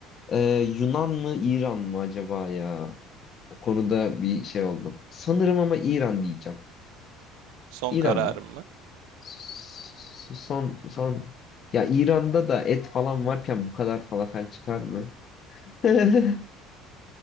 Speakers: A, on the left (about 30°); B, on the right (about 85°).
A: e, Yunan mı İran mı acaba ya? O konuda bir şey oldum. Sanırım ama İran diyeceğim.
B: Son
A: İran
B: kararım
A: mı?
B: mı?
A: S- Son son ya İran'da da et falan varken bu kadar falafel çıkar mı? <laughs>